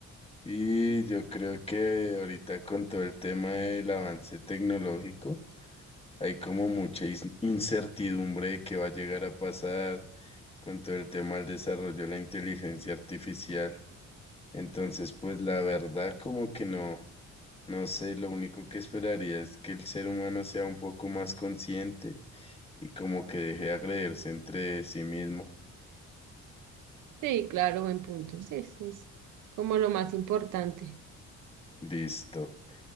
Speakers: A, on the left (about 20°); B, on the right (about 80°).
A: Y yo creo que ahorita con todo el tema del avance tecnológico, hay como mucha is- incertidumbre de qué va a llegar a pasar con todo el tema del desarrollo de la inteligencia artificial. Entonces, pues la verdad como que no, no sé, lo único que esperaría es que el ser humano sea un poco más consciente y como que deje de agredirse entre sí mismo.
B: Sí, claro, buen punto. Sí, eso es como lo más importante.
A: Listo.